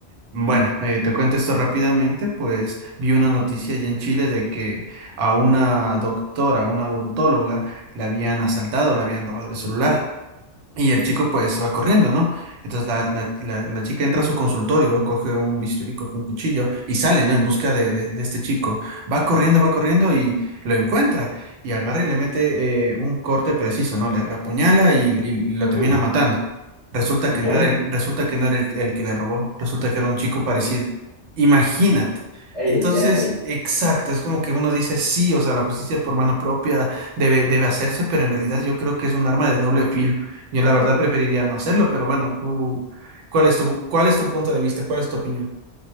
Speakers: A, on the right; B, on the right.
A: bueno, eh, te cuento esto rápidamente, pues vi una noticia allá en Chile de que a una doctora, a una odontóloga, la habían asaltado, la habían robado el celular. Y el chico pues va corriendo, ¿no? Entonces la, la, la, la chica entra a su consultorio, coge un bisturí, coge un cuchillo y sale, ¿no? En busca de, de, de este chico. Va corriendo, va corriendo y lo encuentra y agarra y le mete eh, un corte preciso, ¿no? Le, le apuñala y, y lo termina
B: Uy,
A: matando. Resulta que
B: ya.
A: no era el, resulta que no era el, el que le robó, resulta que era un chico parecido. Imagínate.
B: Ay,
A: Entonces,
B: ay, ay.
A: exacto, es como que uno dice, sí, o sea, la justicia por mano propia debe, debe hacerse, pero en realidad yo creo que es un arma de doble filo. Yo la verdad preferiría no hacerlo, pero bueno, tú, ¿cuál es tu, cuál es tu punto de vista? ¿Cuál es tu opinión?